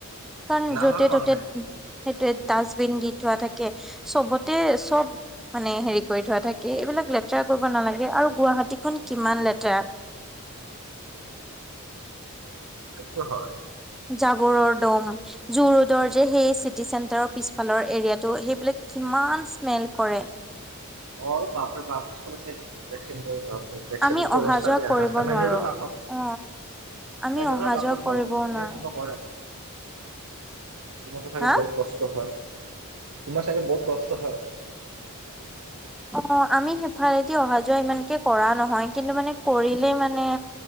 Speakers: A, in the centre; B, on the right.
A: কাৰণ
B: নাভাবে
A: য'তে ত'তে
B: মানুহে এইটো
A: সেইটোৱে ডাষ্টবিন দি থোৱা থাকে। চবতে চব মানে হেৰি কৰি থোৱা থাকে। এইবিলাক লেতেৰা কৰিব নালাগে আৰু গুৱাহাটীখন কিমান লেতেৰা।
B: সেটো হয়।
A: জাবৰৰ দম জু- ৰোডৰ যে সেই চিটি চেন্টাৰৰ পিছ ফালৰ এৰিয়াটো সেইবিলাক কিমান স্মেল কৰে।
B: অ' বাপৰে বাপ <unintelligible> বেক চাইডৰটো
A: আমি অহা
B: অৱস্থা
A: যোৱা
B: বেয়া
A: কৰিব
B: ৰাস্তা মেইন
A: নোৱাৰো
B: ৰোড কাষত মেইন
A: অ আমি
B: ৰোডৰ
A: অহা
B: কাষত
A: যোৱা
B: ভাবক
A: কৰিবও
B: চো এনে
A: নোৱাৰো
B: কোনবা কৰে। তোমাৰতো চাগে
A: হা
B: বহুত কষ্ট হয় তোমাৰ চাগে বহুত কষ্ট হয়।
A: অ' আমি সিফলেদি অহা- যোৱা যোৱা ইমানকে কৰা নহয় কিন্তু মানে কৰিলেই মানে